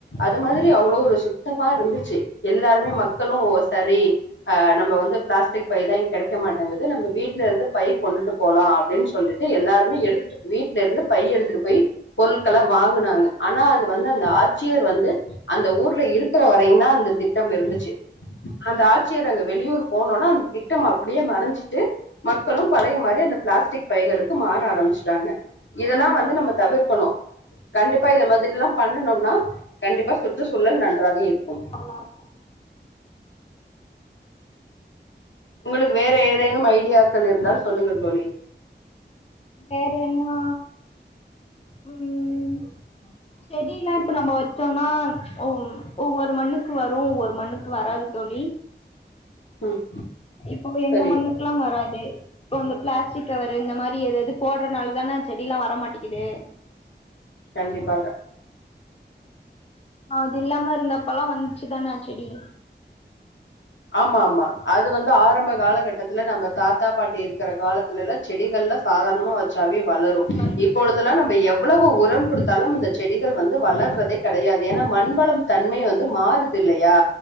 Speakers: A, on the left (about 80°); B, on the left (about 35°).
A: அது மாதிரி அவ்ளோ ஒரு சுத்தமா இருந்துச்சு எல்லாருமே மக்களும் சரி ஆஹ் நம்ம வந்து பிளாஸ்டிக் பைதா கெடைக்க மாட்டேங்குது நம்ம வீட்டுல இருந்து பை கொண்டுட்டு போகலா அப்டின்னு சொல்லிட்டு எல்லாருமே எடுத்துட்டு வீட்டுல இருந்து பைய எடுத்துட்டு போய் பொருட்கள வாங்குனாங்க ஆனா அது வந்து அந்த ஆட்சியர் வந்து அந்த ஊர்ல இருக்கிற வரையு தான் அந்த திட்டம் இருந்துச்சு அந்த ஆட்சியர் அங்க வெளியூர் போனோனா அந்த திட்டம் அப்டியே மறைஞ்சிட்டு மக்களு பழைய மாதிரி அந்த பிளாஸ்டிக் பைகளுக்கு மாற ஆரம்பிச்சுட்டாங்க இதெல்லா
B: ஆமா
A: வந்து
B: தோழி
A: நம்ம தவிர்க்கணு கண்டிப்பா
B: ஆமா
A: இத
B: தோழி
A: மாதிரில்லா பண்ணனோம்னா கண்டிப்பா சுற்றுச்சூழல் நன்றாக இருக்கும்
B: நல்லா இருக்கு
A: உங்களுக்கு வேற ஏதேனு ஐடியாக்கள் இருந்தால் சொல்லுங்கள் தோழி
B: வேற என்னா உம் செடில்லா இப்ப நம்ம வச்சோன்னா ஒவ் ஒவ்வொரு மண்ணுக்கு வரு ஒரு மண்ணுக்கு வராது தோழி
A: ம்
B: இப்ப எங்க
A: சரி
B: மண்ணுக்குகெல்லா வராது இப்ப அந்த பிளாஸ்டிக் கவரு இந்த மாரி எ நாள் தானே செடியல்லா வரமாட்டேக்குது
A: கண்டிப்பாக
B: ஹ் அது இல்லாம இருந்தப்பல்லா வந்ச்சு க்குதான செடி
A: ஆமா ஆமா அது வந்து ஆரம்ப காலகட்டத் இல்ல நம்ம தாத்தா பாட்டி இருக்கிற காலத்துலல்லா செடிகள்ல சாதாரணமா வச்சாவே வளரும்
B: வந்
A: இப்பொழுதெல்லா
B: வந்துரு
A: நம்ம எவ்வளவு உர் உரம் கொடுத்தாலு இந்த செடிகள் வந்து வளர்றதே கெடையாது ஏன்னா மண்வளம் தன்மை வந்து மாறுதுல்லையா